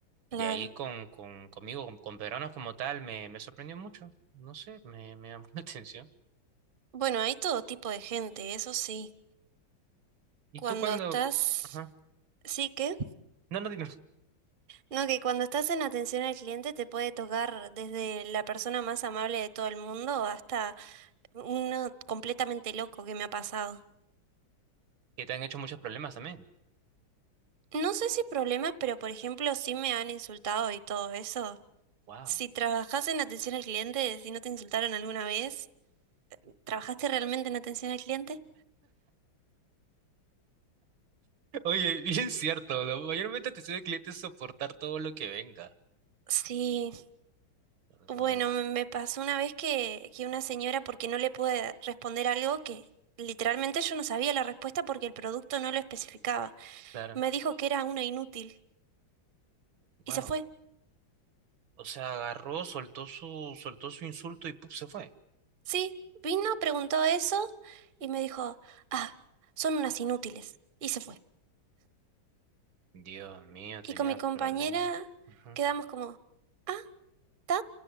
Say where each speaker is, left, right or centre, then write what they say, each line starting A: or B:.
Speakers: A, on the right (about 35°); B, on the right (about 80°).
A: Claro.
B: de ahí con, con conmigo, con, con peruanos como tal, me, me sorprendió mucho, no sé, me, me llamó <laughs> la atención.
A: Bueno, hay todo tipo de gente, eso sí.
B: ¿Y
A: Cuando
B: tú cuando...
A: estás,
B: Ajá.
A: sí que,
B: No, no, dime.
A: no, que cuando estás en atención al cliente te puede tocar desde la persona más amable de todo el mundo hasta uno completamente loco que me ha pasado.
B: Que te han hecho muchos problemas también.
A: No sé si problemas, pero por ejemplo, sí me han insultado y todo eso.
B: Wow.
A: Si trabajas en atención al cliente, si no te insultaron alguna vez, ¿trabajaste realmente en atención al cliente?
B: Oye, bien cierto, ¿no? Mayormente te soy de cliente es soportar todo lo que venga.
A: Sí,
B: Ah,
A: bueno, me me pasó una vez que, que una señora, porque no le pude responder algo que literalmente yo no sabía la respuesta porque el producto no lo especificaba,
B: Claro.
A: me dijo que era una inútil y
B: Wow.
A: se fue.
B: O sea, agarró, soltó su, soltó su insulto y ¡pup! se fue.
A: Sí, vino, preguntó eso y me dijo, ah, son unas inútiles y se fue.
B: Dios mío,
A: Y
B: tenía
A: con mi
B: el
A: compañera
B: problema. Ujú.
A: quedamos como, ah, está,